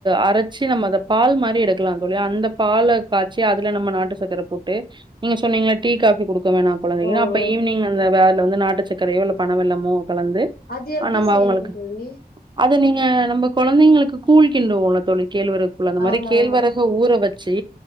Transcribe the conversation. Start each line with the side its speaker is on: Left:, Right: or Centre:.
Right: அரச் ச்சி நம்ப அதப் பால் மாரி எடுக்லாந் தோழி அந்தப் பால காச்சி அதுல நம்ம நாட்டுச் சக்கர போட்டு நீங்க சொன்னீங்ல டீ காஃபி குடுக்க வேணா கெழந்தைகுனு
Left: ஓ ஓ
Right: அப்ப ஈவினி்ங் அந்த வேல வந்து நாட்டுக் சக்கரையோ இல்ல பண வெல்லமோ கலந்து
Left: அது எப்டி
Right: ஆ நம்ம
Left: செய்வீங்க
Right: அவுங்களுக்கு
Left: தோழி
Right: அத நீங்க நம்பக் கொழந்தைங்களுக்கு கூழ் கிண்டுவோலத் தோழி கேழ்வரக் கூழ் அந்த மாரிக்
Left: ஆமா
Right: கேழ்வரக
Left: ஆமா
Right: ஊற வெச்சி